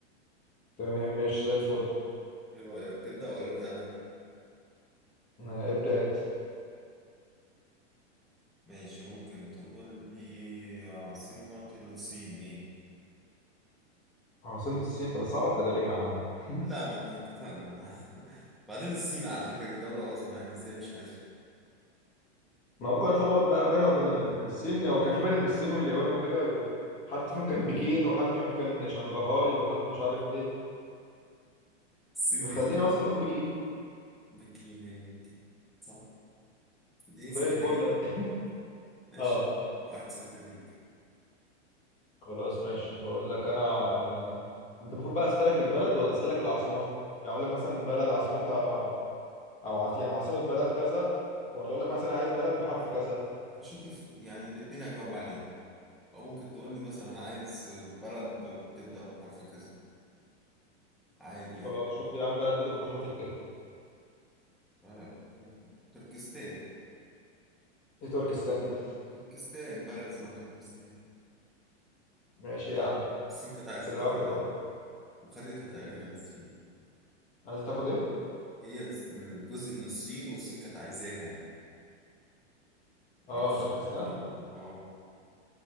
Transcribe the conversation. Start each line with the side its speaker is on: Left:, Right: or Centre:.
Left: تمام ماشي زي الفل
Centre: ايه رايك تبدا ولا ابدا انا
Left: آه، ابدا انت
Centre: ماشي ممكن تقول لي عاصمه الصين ايه
Left: عاصمة الصين انت بتصعبها كده ليه يا عم <laughs>
Centre: لا ما احنا اتفقنا معاها <laughs> بعدين الصين على فكرة دي دولة عظمى يعني ازاي مش عارفها
Left: ما ممكن اتلخبط بقى بينها وبين الصين هو كان في بين الصين واليابان وكده يبقى حد فيهم كان بكين وحد فيهم كان شنغهاي وحد مش عارف ايه
Centre: الصين بكين
Left: خلينا مثلا نقول بكين
Centre: بكين هي بكين صح دي
Left: زي
Centre: سهلة
Left: الفل
Centre: جدا
Left: <laughs>
Centre: ماشي
Left: اه
Centre: يا عم. واحد صفر ليك
Left: خلاص ماشي هقول لك انا ع- انت المفروض بقى اسالك البلد ولا اسالك العاصمه يعني اقول لك مثلا بلد عاصمتها او عاص... يعني عاصمه بلد كذا ولا اقول لك مثلا عايز بلد بحرف كذا
Centre: مش هتفرق يعني الاتنين هجاوب عليه او ممكن تقول لي مثلا عايز بلد بتبدأ بحرف كذا عادي
Left: خلاص
Centre: يعني
Left: شوف لي يا عم بلد بتبدأ بحرف الت
Centre: بلد تركستان
Left: ايه تركستان دي
Centre: تركستان بلد اسمها تركستان
Left: ماشي يا عم
Centre: الصين كانت عايزة
Left: كده
Centre: تاخدها
Left: واحد واحد
Centre: وخدتها تقريبا الصين
Left: عايز تاخد ايه
Centre: هي جزء من الصين والصين كانت عايزاها يعني
Left: اه
Centre: معرفش
Left: تركستان
Centre: خدتها ولا لأ. اه